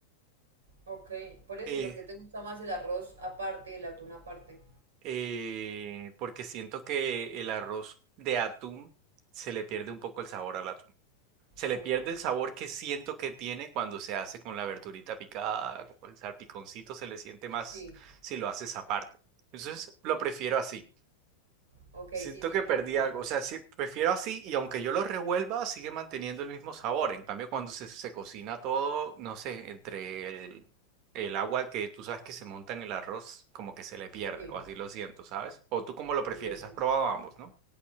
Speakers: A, on the right (about 65°); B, on the right (about 40°).
A: Ok, por eso
B: Eh,
A: y por qué te gusta más el arroz aparte y el atún aparte.
B: eh, porque siento que el arroz de atún se le pierde un poco el sabor al atún. Se le
A: Ok,
B: pierde el sabor que siento que tiene cuando se hace con la verdurita picada, con el salpiconcito, se le siente más
A: sí,
B: si lo haces aparte. Entonces, lo prefiero así.
A: ok,
B: Siento
A: sí, sí,
B: que
A: tiene
B: perdí
A: sentido.
B: algo, o sea, sí, prefiero así y aunque yo lo revuelva, sigue manteniendo el mismo sabor. En cambio, cuando se, se cocina todo, no sé, entre el, el agua que tú sabes que se monta en el arroz, como que se le pierde,
A: Sí,
B: o así lo siento, ¿sabes? O tú cómo lo prefieres,
A: sí, puede ser.
B: has probado ambos, ¿no?